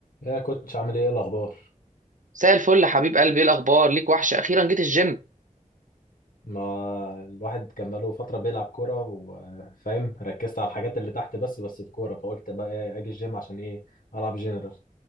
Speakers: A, on the left; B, on the right.
A: ايه يا كوتش عامل ايه إيه الاخبار
B: مساء الفل يا حبيب قلبي ايه الاخبار ليك وحشه اخيرا جيت الجيم
A: ما الواحد كان بقاله فتره بيلعب كوره وفاهم ركزت على الحاجات اللي تحت بس بس في كوره فقلت بقى إيه، اجي الجيم عشان ايه العب جنرال